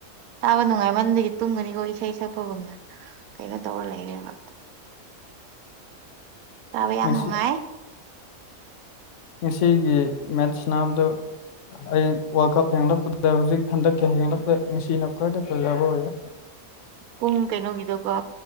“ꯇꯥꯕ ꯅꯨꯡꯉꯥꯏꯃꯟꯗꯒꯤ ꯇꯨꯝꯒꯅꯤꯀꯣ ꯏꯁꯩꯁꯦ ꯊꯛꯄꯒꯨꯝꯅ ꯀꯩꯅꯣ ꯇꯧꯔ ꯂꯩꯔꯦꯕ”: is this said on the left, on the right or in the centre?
Right